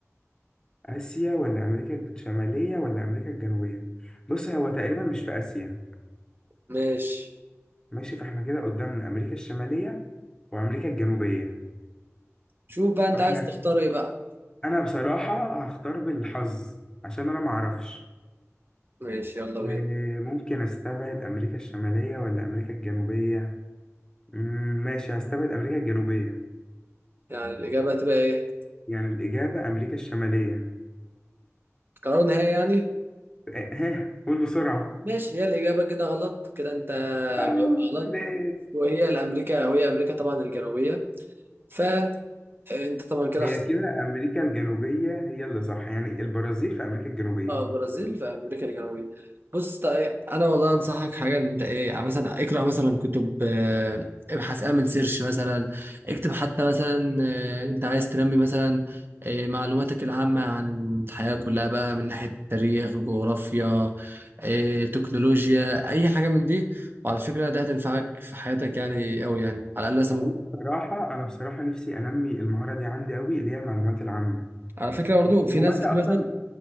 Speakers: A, on the left; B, on the right.
A: اسيا ولا امريكا الشماليه ولا امريكا الجنوبيه بص هو تقريبا مش في اسيا
B: ماشي
A: ماشي فاحنا كده قدامنا امريكا الشماليه وامريكا الجنوبيه
B: شوف بقى انت
A: فاحنا
B: عايز تختار ايه بقى
A: انا بصراحه هختار بالحظ عشان انا معرفش
B: ماشي يلا
A: إيه،
B: بينا
A: ممكن استبعد امريكا الشماليه ولا امريكا الجنوبيه مم، ماشي هستبعد امريكا الجنوبيه
B: يعني الاجابة هتبقى ايه
A: يعني الاجابه امريكا الشماليه
B: قرار نهائي يعني
A: إيه، ها قول بسرعه
B: ماشي هي الاجابة كده غلط كده انت
A: اه
B: جاوبت غلط
A: ليه
B: وهي الامريكا وهي امريكا طبعا الجنوبية فانت طبعا كده
A: هي كده امريكا الجنوبيه هي اللي صح يعني البرازيل في امريكا الجنوبيه
B: اه برازيل في امريكا الجنوبيه بص طيب انا والله انصحك حاجه ان انت ايه يعني مثلا اقرا مثلا كتب آه، ابحث اعمل سيرش مثلا اكتب حتى مثلا آه، انت عايز تنمي مثلا آه، معلوماتك العامه عن الحياه كلها بقى من ناحيه تاريخ جغرافيا آه، تكنولوجيا اي حاجه من دي وعلى فكره ده هتنفعك في حياتك يعني قوي يعني على الاقل مثلا
A: هو
B: ممكن
A: بصراحه انا بصراحه نفسي انمي المهاره دي عندي قوي اللي هي المعلومات العامه
B: على فكره برضو في
A: هو
B: ناس
A: انت
B: كتير
A: اصلا
B: مثلا